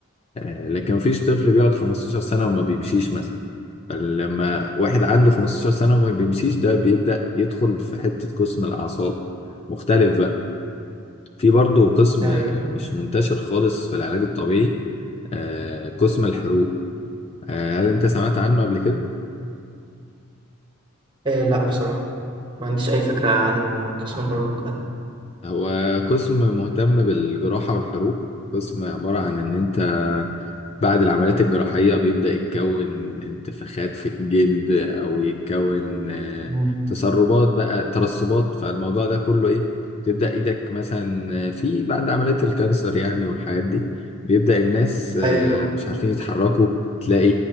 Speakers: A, on the left; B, on the right.
A: آه، لكن مفيش طفل بيقعد 15 سنة وما بيمشيش مثلا لما واحد عنده 15 سنة وما بيمشيش ده بيبدأ يدخل في حتة قسم الأعصاب مختلف بقى في برضه قسم
B: ايوه
A: آه، مش منتشر خالص في العلاج الطبيعي آه، قسم الحروق آه، هل أنت سمعت عنه قبل كده؟
B: آه، لا بصراحه ما عنديش اي فكره عن قسم الحروق ده
A: هو قسم مهتم بالجراحة والحروق قسم عبارة عن إن أنت بعد العمليات الجراحية بيبدأ يتكون انتفاخات في الجلد أو يتكون آه،
B: مم.
A: تسربات بقى ترسبات فالموضوع ده كله إيه تبدأ إيدك مثلا آه، في بعد عمليات الكانسر يعني والحاجات دي بيبدأ الناس آه،
B: ايوه
A: مش عارفين يتحركوا تلاقي